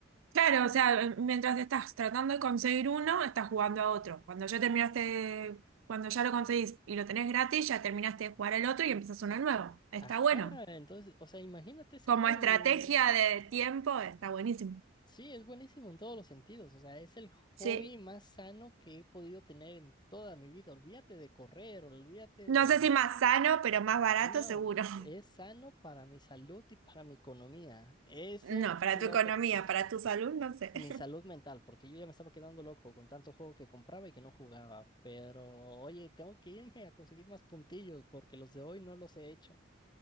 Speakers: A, on the right; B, on the left.
A: Claro, o sea, mientras estás tratando de conseguir uno, estás jugando a otro. Cuando ya terminaste, cuando ya lo conseguís y lo tenés gratis, ya terminaste de jugar al otro y empezás uno nuevo. Está
B: Ajá,
A: bueno.
B: entonces, o sea, imagínate ese
A: Como
B: hobby.
A: estrategia de tiempo, está buenísimo.
B: Sí, es buenísimo en todos los sentidos. O sea, es el hobby
A: Sí.
B: más sano que he podido tener en toda mi vida. Olvídate de correr, olvídate
A: No
B: de...
A: sé si más sano, pero más barato
B: No,
A: seguro. <laughs>
B: es sano para mi salud y para mi economía. Eso
A: No, para
B: es un
A: tu
B: doble
A: economía,
B: beneficio.
A: para tu salud, no sé.
B: Es Mi
A: <laughs>
B: salud mental, porque yo ya me estaba quedando loco con tanto juego que compraba y que no jugaba. Pero, oye, tengo que irme a conseguir más puntillos porque los de hoy no los he hecho.